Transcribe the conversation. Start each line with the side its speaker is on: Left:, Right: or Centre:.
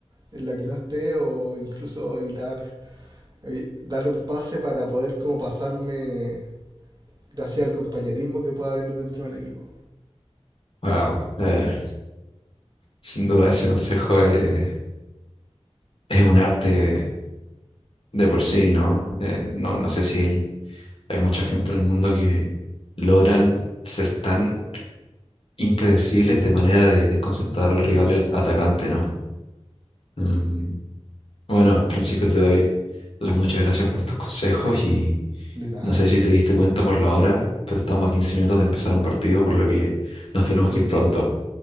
Right: en la que no esté o incluso evitar evi- darle un pase para poder como pasarme gracias al compañerismo que pueda haber dentro del equipo.
Left: Wow, eh, sin duda ese consejo eh, es un arte de por sí, ¿no? Eh, no, no sé si hay, hay mucha gente en el mundo que logran ser tan impredecibles de manera de desconcentrar al rival el atacante, ¿no? Mm, bueno, Francisco, te doy las muchas gracias por tus consejos y
Right: De nada,
Left: no sé si te diste cuenta por la hora, pero estamos a 15 minutos de empezar un partido, por lo que nos tenemos
Right: verdad.
Left: que ir pronto.